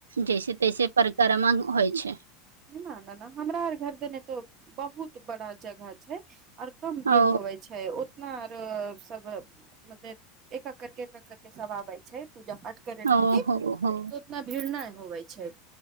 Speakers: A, on the right; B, on the right.
A: जैसे तैसे परिक्रमा होइ छै
B: ना ना ना हमरा आर घर देने तो बहुत बड़ा जगह छै आऔर कम भीड़
A: ओ
B: होवे छै उतना सब म एकक् करिक एक एकक् करिक सब आबै छै पूजा पाठ करै खातिर
A: ओ हो
B: त
A: हो
B: ओतना भीड़ नहि होबै छै